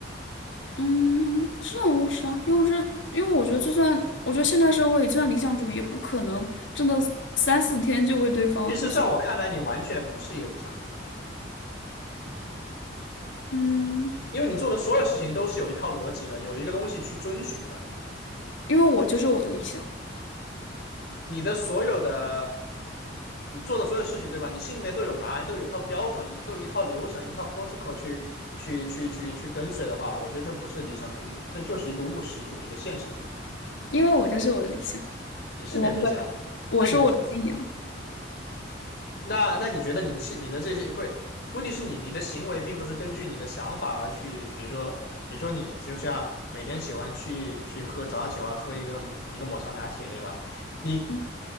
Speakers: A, on the left; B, on the left.
A: 嗯，这无啥，因为这，因为我觉得就算，我觉得现代社会就算理想主义，也不可能真的三四天就为对方去。
B: 其实，在我看来，你完全不是一个理想主义，
A: 嗯，
B: 因为你做的所有事情都是有一套逻辑的，有一个东西去遵循的。
A: 因为我就是我的理想，
B: 你的所有的，你做的所有事情，对吧？你心里面都有答案，都有一套标准，一都有一套流程，一套 protocol 去去去去去跟随的话，我觉得这不是理想主义，这就是一个务实主义，一个现实主义。
A: 因为我就是我的理想，
B: 你是你的理想，
A: 我本我是我的信仰。
B: 那你那那你觉得你的行你的这些不是？问题是你你的行为并不是根据你的想法而去，比如说比如说你就像每天喜欢去去喝早上喜欢喝一个抹一个抹茶拿铁，对吧？你
A: 嗯，